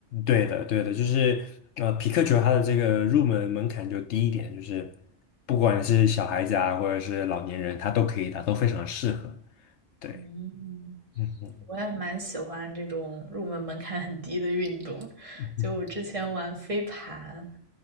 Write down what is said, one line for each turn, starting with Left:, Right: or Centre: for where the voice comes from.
Left: 对的，对的，就是呃，匹克球它的这个入门门槛就低一点，就是不管是小孩子啊，或者是老年人，他都可以打，都非常适合。对，
Right: 嗯，
Left: 嗯
Right: 我也蛮喜欢这种入门门槛很低的运动，
Left: 嗯，
Right: 就我之前玩飞盘，